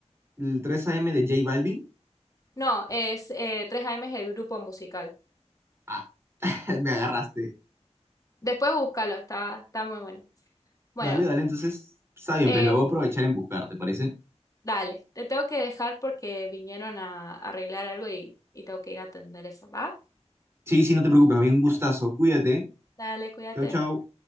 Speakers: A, on the right; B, on the left.
A: El tres a m de J Balvin,
B: No, es eh, 3AM es el grupo musical.
A: ah, <laughs> me agarraste.
B: Después búscalo, está, está muy bueno. Bueno,
A: Dale, dale, entonces, está bien,
B: eh,
A: pues lo voy a aprovechar en buscar, ¿te parece?
B: dale, te tengo que dejar porque vinieron a, a arreglar algo y, y tengo que ir a atender eso, ¿va?
A: Sí, sí, no te preocupes, había un gustazo. Cuídate.
B: Dale, cuídate.
A: Chau, chau.